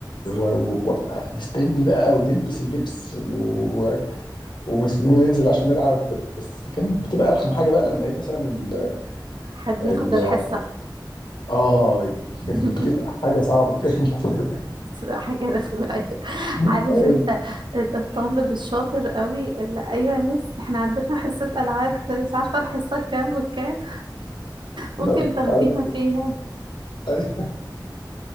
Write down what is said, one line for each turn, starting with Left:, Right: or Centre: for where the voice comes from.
Left: و- و- وابقى مستني بقى ونلبس اللبس و... ومستنيين ننزل عشان نلعب بس كان بتبقى ارخم حاجه بقى لما ايه مثلا ال...
Right: حد
Left: ال...
Right: ياخد الحصة
Left: اه كانت
Right: <laughs>
Left: بتبقى حاجه صعبه بجد
Right: بتبقى حاجة رخمة أوي
Left: <laughs>
Right: عارف انت الطالب الشاطر قوي اللي ايوه يا مس احنا عندنا حصة العاب مش عارفة الحصة كام وكام ممكن
Left: ما-
Right: تاخدينا
Left: مش عارف
Right: فيها
Left: أي.